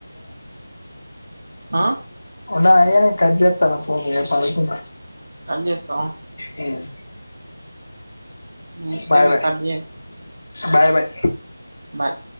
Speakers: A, on the right (about 60°); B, on the left (about 65°).
A: ఆ
B: ఉందన ఈగ నేను కట్ చేస్తున ఫోన్ పడుకుంట.
A: కట్ చేస్తావా.
B: హే ఆమ్
A: నీ ఇష్ట
B: బాయ్
A: మీకట్
B: బాయ్
A: చేయ
B: బాయ్ బాయ్
A: బాయ్